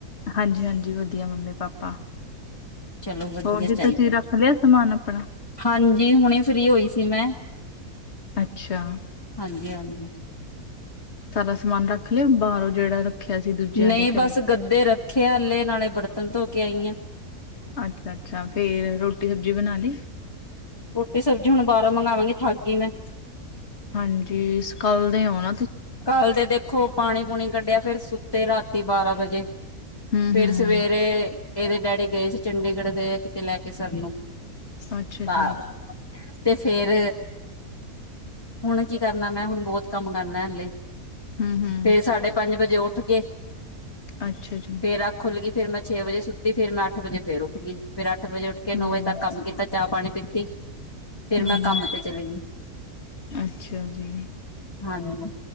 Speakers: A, on the left; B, on the left.
A: ਹਾਂਜੀ ਹਾਂਜੀ ਵਧੀਆ ਮੰਮੀ ਪਾਪਾ
B: ਚਲੋ ਵਧੀਆ
A: ਹੋਰ ਜੀ
B: ਚਾਹੀਦਾ
A: ਤੁਸੀਂ ਰੱਖ ਲਿਆ ਸਮਾਨ ਆਪਣਾ
B: ਹਾਂਜੀ ਹੁਣੇ ਫ੍ਰੀ ਹੋਈ ਸੀ ਮੈਂ
A: ਅੱਛਾ
B: ਹਾਂਜੀ ਹਾਂਜੀ
A: ਤੁਹਾਡਾ ਸਮਾਨ ਰੱਖ ਲਿਆ ਬਾਹਰੋਂ ਜਿਹੜਾ ਰੱਖਿਆ ਸੀ ਦੂਜਿਆਂ
B: ਨਹੀਂ
A: ਦੇ
B: ਬਸ
A: ਘਰੇ
B: ਗੱਦੇ ਰੱਖੇ ਆ ਹੱਲੇ ਨਾਲੇ ਬਰਤਨ ਧੋ ਕੇ ਆਈ ਆਂ
A: ਅੱਛਾ ਅੱਛਾ ਫੇਰ ਰੋਟੀ ਸਬਜ਼ੀ ਬਣਾ ਲਈ
B: ਰੋਟੀ ਸਬਜ਼ੀ ਹੁਣ ਬਾਹਰੋ ਮੰਗਾਵਾਂਗੀ ਥਕ ਗਈ ਮੈਂ
A: ਹਾਂਜੀ ਅਸੀਂ ਕੱਲ ਦੇ ਹੁਨ
B: ਕੱਲ ਤੇ ਦੇਖੋ ਪਾਣੀ ਪੂਣੀ ਕੱਢਿਆ ਫਿਰ ਸੁੱਤੇ ਰਾਤੀ ਬਾਰਾਂ ਵਜੇ
A: ਹਮ
B: ਫਿਰ
A: ਹਮ
B: ਸਵੇਰੇ ਇਹਦੇ ਡੈਡੀ ਗਏ ਸੀ ਚੰਡੀਗੜ੍ਹ ਗਏ ਕਿੱਤੇ ਲੈ ਕੇ ਸਾਨੂੰ
A: ਅੱਛਾ
B: ਬਾਰ
A: ਜੀ
B: ਤੇ ਫਿਰ ਹੁਣ ਕੀ ਕਰਨਾ ਮੈਂ ਹੁਣ ਬਹੁਤ ਕੰਮ ਕਰਨਾ ਹੱਲੇ
A: ਹਮ ਹਮ
B: ਫਿਰ ਸਾਢੇ ਪੰਜ ਵਜੇ ਉੱਠ ਕੇ
A: ਅੱਛਾ ਜੀ
B: ਫਿਰ ਅੱਖ ਖੁੱਲ ਗਈ ਫਿਰ ਮੈਂ ਛੇ ਵਜੇ ਸੁੱਤੀ ਫਿਰ ਮੈਂ ਅੱਠ ਵਜੇ ਫਿਰ ਉੱਠ ਗਈ ਫਿਰ ਅੱਠ ਵਜੇ ਉੱਠ ਕੇ ਨੌ
A: ਹਮ
B: ਵਜੇ ਤੱਕ ਕੰਮ ਕੀਤਾ ਚਾਹ ਪਾਣੀ ਪੀਤੀ ਫਿਰ
A: ਹੂੰ,
B: ਮੈਂ ਕੰਮ ਤੇ ਚਲੀ ਗਈ
A: ਅੱਛਾ ਜੀ
B: ਹਾਂ ਨਾ ਨਾ